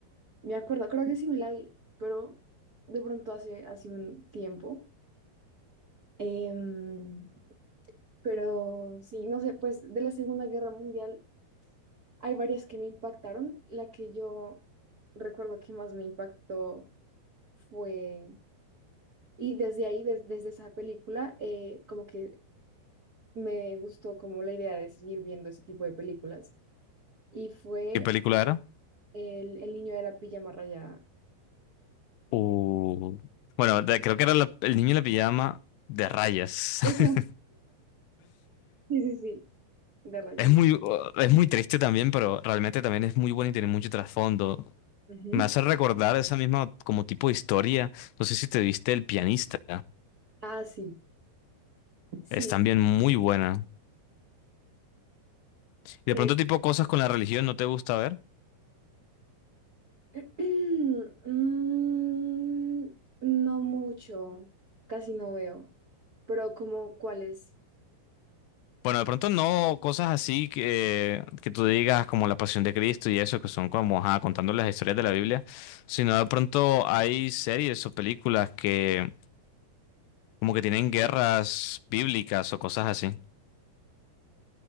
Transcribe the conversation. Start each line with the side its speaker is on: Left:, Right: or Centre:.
Right: me acuerdo, creo que sí me la vi, pero de pronto hace, hace un tiempo. Em, Pero sí, no sé, pues de la Segunda Guerra Mundial hay varias que me impactaron. La que yo recuerdo que más me impactó fue, y desde ahí, des- desde esa película, eh, como que me gustó como la idea de seguir viendo ese tipo de películas. Y fue
Left: ¿Qué película era?
Right: el, el niño de la pijama rayada.
Left: Uh, bueno, de- creo que era la- El niño en la pijama de rayas. <laughs>
Right: Eso, sí, sí, sí. De rayas.
Left: Es muy, es muy triste también, pero realmente también es muy bueno y tiene mucho trasfondo.
Right: Ujú.
Left: Me hace recordar esa misma como tipo de historia. No sé si te viste El pianista.
Right: Ah, sí, sí,
Left: Es también
Right: sí.
Left: muy buena. Y de
Right: Eh,
Left: pronto tipo cosas con la religión no te gusta ver.
Right: <clears throat> mm, no mucho, casi no veo. pero como cuáles.
Left: Bueno, de pronto no cosas así que, que tú digas como la Pasión de Cristo y eso, que son como ajá, contando las historias de la Biblia, sino de pronto hay series o películas que como que tienen guerras bíblicas o cosas así.